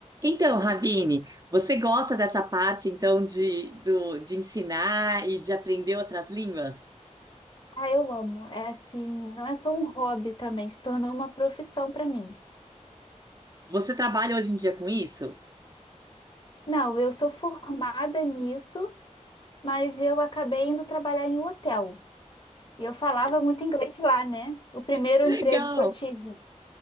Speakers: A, on the right; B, on the left.
A: Então, Ravine, você gosta dessa parte então de, do, de ensinar e de aprender outras línguas?
B: Ah, eu amo. É assim, não é só um hobby também, se tornou uma profissão para mim.
A: Você trabalha hoje em dia com isso?
B: Não, eu sou formada nisso, mas eu acabei indo trabalhar em um hotel. E eu falava muito inglês lá, né? O primeiro
A: Que legal,
B: emprego que eu tive.